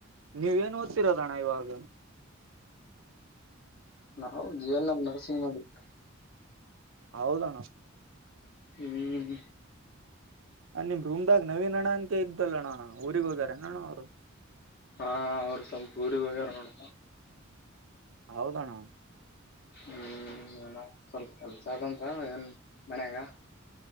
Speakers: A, on the right; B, on the left.
A: ನೀವ ಏನು ಓದ್ತಿರೋದಣ ಇವಾಗ.
B: ನಾವು ಜೀವನ ಜಿಏನ್ಎಂ ನರ್ಸಿಂಗ್ ಮಾಡಿದಿವಿ.
A: ಹೌದಣ.
B: ಹ್ಮ್.
A: ನಿಮ್ ರೂಮದಾಗ ನವೀನ್ ಅಣ್ಣ ಅಂತ ಇದ್ದಲ್ಲ ಅಣ್ಣ ಊರಿಗೆ ಹೋಗ್ಯಾರ ಏನ್ ಅಣ್ಣ ಅವ್ರು.
B: ಹಾ ಅವ್ರ ಸಂಪೂರಿ ಇದ್ರ್ ನೋಡ
A: ಹೌದಣ.
B: ಹ್ಮ್ ಸ್ವಲ್ಪ ಕೆಲ್ಸ ಆದ ಅಂತ ಎನ್ ಮನ್ಯಾಗ.